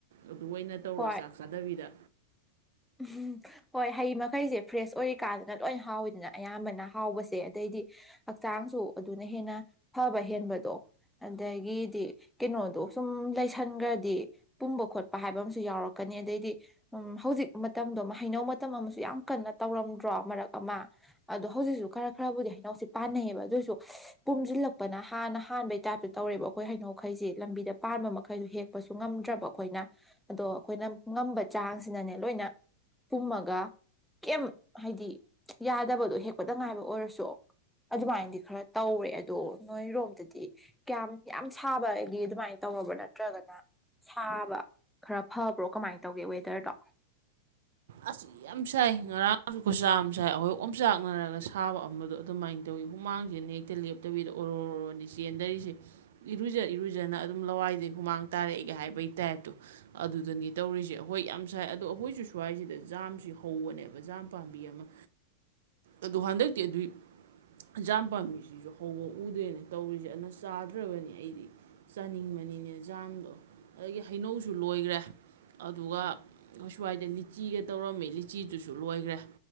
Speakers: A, on the right (about 75°); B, in the centre.
A: ꯑꯗꯨ ꯑꯣꯏꯅ ꯇꯧꯔꯣ
B: ꯍꯣꯏ
A: ꯆꯥꯛ ꯆꯥꯗꯕꯤꯗ
B: ꯎꯝ ꯍꯣꯏ ꯍꯩ ꯃꯈꯩꯁꯦ ꯐ꯭ꯔꯦꯁ ꯑꯣꯏꯔꯤꯀꯥꯗꯅ ꯂꯣꯏ ꯍꯥꯎꯋꯤꯗꯅ ꯑꯌꯥꯝꯕꯅ ꯍꯥꯎꯕꯁꯦ ꯑꯗꯩꯗꯤ ꯍꯛꯆꯥꯡꯁꯨ ꯑꯗꯨꯅ ꯍꯦꯟꯅ ꯐꯕ ꯍꯦꯟꯕꯗꯣ ꯑꯗꯒꯤꯗꯤ ꯀꯩꯅꯣꯗꯣ ꯁꯨꯝ ꯂꯩꯁꯟꯒ꯭ꯔꯥꯗꯤ ꯄꯨꯝꯕ ꯈꯣꯠꯄ ꯍꯥꯏꯕ ꯑꯃꯁꯨ ꯌꯥꯎꯔꯛꯀꯅꯤ ꯑꯗꯩꯗꯤ ꯎꯃ ꯍꯧꯖꯤꯛ ꯃꯇꯝꯗꯣ ꯍꯩꯅꯧ ꯃꯇꯝ ꯑꯃꯁꯨ ꯌꯥꯝ ꯀꯟꯅ ꯇꯧꯔꯝꯗ꯭ꯔꯣ ꯃꯔꯛ ꯑꯃ ꯑꯗꯣ ꯍꯧꯖꯤꯛꯁꯨ ꯈꯔ ꯈꯔꯕꯨꯗꯤ ꯍꯩꯩꯅꯧꯁꯦ ꯄꯥꯟꯅꯩꯌꯦꯕ ꯑꯗꯨ ꯑꯣꯏꯁꯨ ꯄꯨꯝꯖꯤꯜꯂꯛꯄꯅ ꯍꯥꯟꯅ ꯍꯥꯟꯕꯩ ꯇꯥꯏꯞꯇ ꯇꯧꯔꯦꯕ ꯑꯩꯈꯣꯏ ꯍꯩꯅꯧꯈꯩꯁꯦ ꯂꯝꯕꯤꯗ ꯄꯥꯟꯕ ꯃꯈꯩꯗꯣ ꯍꯦꯛ ꯄꯥꯥꯁꯨ ꯉꯝꯗ꯭ꯔꯕ ꯑꯩꯈꯣꯏꯅ ꯑꯗꯣ ꯑꯩꯈꯣꯏꯅ ꯉꯝꯕ ꯆꯥꯡꯁꯤꯅꯅꯦ ꯂꯣꯏꯅ ꯄꯨꯝꯃꯒ ꯀꯦꯝ ꯍꯥꯏꯗꯤ ꯌꯥꯗꯕꯗꯣ ꯍꯦꯛꯄꯗ ꯉꯥꯏꯕ ꯑꯣꯏꯔꯁꯨ ꯑꯗꯨꯃꯥꯏꯅꯗꯤ ꯈꯔꯥ ꯇꯧꯑꯦ ꯑꯗꯣ ꯅꯣꯏꯔꯣꯝꯗꯗꯤ ꯀꯌꯥꯝ ꯌꯥꯝ ꯁꯥꯕꯒꯤ ꯑꯗꯨꯃꯥꯏꯅ ꯇꯧꯔꯕ ꯅꯠꯇ꯭ꯔꯒꯅ ꯁꯥꯕ ꯈ꯭ꯔꯥ ꯐꯕ꯭ꯔꯣ ꯀꯃꯥꯏ ꯇꯧꯒꯦ ꯋꯦꯗꯔꯗꯣ
A: ꯑꯁꯤ ꯌꯥꯝ ꯁꯥꯏ ꯉꯔꯥꯡꯁꯨ ꯈꯨꯁꯥ ꯑꯃ ꯁꯥꯏ ꯑꯩꯈꯣꯏ ꯑꯣꯝꯆꯥꯛꯅꯔꯒ ꯁꯥꯕ ꯑꯃꯗꯣ ꯑꯗꯨꯃꯥꯏꯅ ꯇꯧꯋꯤ ꯍꯨꯃꯥꯡꯁꯤꯅ ꯍꯛ ꯇꯤꯜ ꯂꯦꯞꯇꯕꯤꯗ ꯑꯣꯔꯣꯔꯣꯔꯣꯅꯦ ꯆꯦꯟꯗꯔꯤꯁꯦ ꯏꯔꯨꯖ ꯏꯔꯨꯖꯅ ꯑꯗꯨꯝ ꯂꯋꯥꯏꯗꯩꯩ ꯍꯨꯃꯥꯡ ꯇꯥꯔꯛꯏ ꯀꯩ ꯍꯥꯏꯕꯒꯤ ꯇꯥꯏꯞꯇꯣ ꯑꯗꯨꯗꯅꯤ ꯇꯧꯔꯤꯁꯦ ꯍꯣꯏ ꯌꯥꯝ ꯁꯥꯏ ꯑꯗꯣ ꯑꯩꯈꯣꯏꯁꯨ ꯁ꯭ꯋꯥꯏꯁꯤꯗ ꯖꯥꯝꯁꯤ ꯍꯧꯕꯅꯦꯕ ꯖꯥꯝ ꯄꯥꯝꯕꯤ ꯑꯃ ꯑꯗꯣ ꯍꯟꯗꯛꯇꯤ ꯑꯗꯨꯏ ꯖꯥꯝ ꯄꯥꯝꯕꯤꯁꯤꯁꯨ ꯍꯧꯕ ꯎꯗ꯭ꯔꯦꯅꯦ ꯇꯧꯔꯤꯁꯦ ꯑꯗꯨꯅ ꯆꯥꯗ꯭ꯔꯕꯅꯤ ꯑꯩꯗꯤ ꯆꯥꯅꯤꯡꯕꯅꯤꯅꯦ ꯖꯥꯝꯗꯣ ꯑꯗꯒꯤ ꯍꯩꯅꯧꯁꯨ ꯂꯣꯏꯒ꯭ꯔꯦ ꯑꯗꯨꯒ ꯈꯣꯏ ꯁ꯭ꯋꯥꯏꯗ ꯂꯤꯆꯤꯒ ꯇꯧꯔꯝꯃꯤ ꯂꯤꯆꯤꯗꯨꯨꯁꯨ ꯂꯣꯏꯒ꯭ꯔꯦ